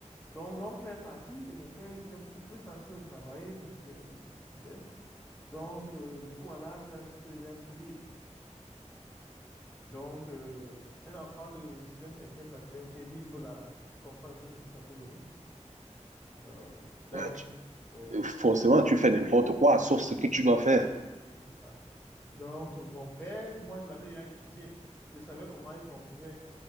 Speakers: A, on the left; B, on the right.
A: Donc, l'oncle est parti et mon père, il était beaucoup plus en train de travailler. Mon père, il descendait. Donc, euh, du coup, à l'âge, là, j'étais déjà un peu libre. Donc, euh, un enfant de sixième cinquième quatrième qui est libre, là, tu comprends un peu ce que ça peut donner. Euh, donc,
B: Euh, tu-
A: oui,
B: euh, Forcément, tu fais n'importe quoi, sauf ce que tu dois faire.
A: oui, c'est ça. Donc, mon père, moi, je l'avais déjà étudié. Je savais comment il fonctionnait.